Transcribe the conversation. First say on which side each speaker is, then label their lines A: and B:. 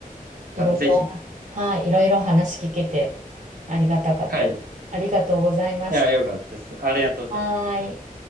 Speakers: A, on the right; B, on the right.
A: あ、
B: いろいろ、
A: ぜひ。
B: はい、いろいろ話聞けて、ありがたかったです。
A: はい。い
B: ありがとうございました。
A: や、よかったです。ありがとうございます。
B: はーい。